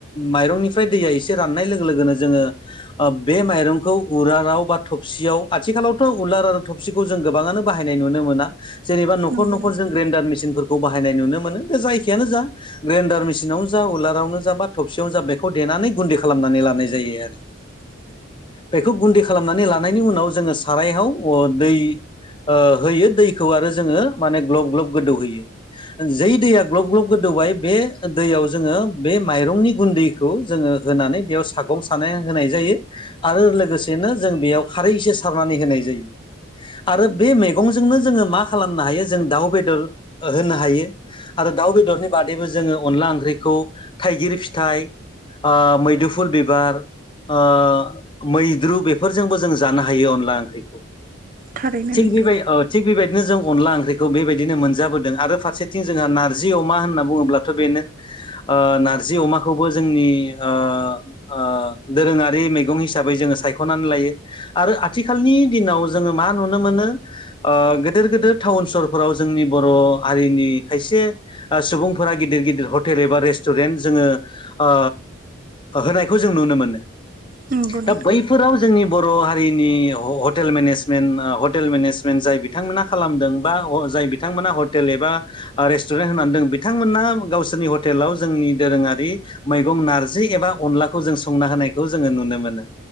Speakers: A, on the left; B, on the right.
A: माइरंनिफ्राय दैया एसे राननाय लोगो लोगोनो जोङो ओ बे माइरंखौ उरालाव बा थबसियाव आथिखालावथ' उलार आरो थबसिखौ जों गोबाङानो बाहाय नाय नुनो मोना, जेनबा नखर
B: नंगौ
A: नखर
B: नोंथां
A: जों ग्रेनदार मिसनफोरखौ खौ बाहायनाय नुनो मोनोे। दे जायखियानो जा ग्रेडार मेसिनावनो जा उलारावनो जा बा थबसेयाव जा बेखौ दे नानै गुन्दै खालामनानै लानाय जायो आरो।
B: <inaudible>
A: बेखौ गुन्दै खालामनानै लानायनि उनाव जोङो सारायाव दै ओ होयो दैखौ आरो जोङो माने ग्लब ग्लब गोदौहोयो जै दैया ग्लब ग्लब गोदौबाय <unintelligible> बे दै जोङो बे माइरंनि गुन्दैखौ जोङो होनानै बेयाव सागं सानाय होनाय जायो आरो लोगोसेनो जों बेयाव खारै एसे सारनानै होनाय जायो, आरो बे मैगंजोंनो जोङो मा खालामनो हायो जों दाउ बेदर होनो हायो। आरो दाउ बेदरनि बादैबो जोङो अनला ओंख्रिखौ थाइगिर फिथाइ ओ मैदुफुल बिबार ओ मैद्रु बेफोरजोंबो जों जानो हायो अनला ओंख्रिखौ।
B: थारैनो
A: थिक
B: नोंथां
A: बिबाय ओ थिक बिबाय दिनो जों अनला ओंख्रिखौ बेबायदिनो मोनजाबोदों आरो फारसेथिं जोंहा नारजि अमा होनना बुङोब्लाथ' बेनो ओ नारजि अमाखौबो जोंनि ओ ओ दोरोङारि मैगं हिसाबै जों जोङो सायख'नानै लायो आरो आथिखालनि दिनाव जोङो मा नुनो मोनो ओ गेदेर गेदेर टाउन सहरफोराव जोंनि बर' हारिनि खायसे सुबुंफोरा गिदिर गिदिर हटेल एबा रेस्टुरेन्ट जोङो ओ होनायखौ जों नुनो मोनो।
B: नंगौ नोंथां
A: दा बैफोराव जोंनि बर' हारिनि ह-हटेल मेनेजमेन्ट हटेल मेनेजमेट जाय बिथांमोना खालामदों बा अ जाय बिथांमोना हटेल एबा ओ रेस्टुरेन्ट होनानै जों बिथांमोना गावसोरनि हटेलाव जोंनि दोरोङारि मैगं नारजि एबा अनलाखौ जों संना हो होनायखौ जों नुनो मोनो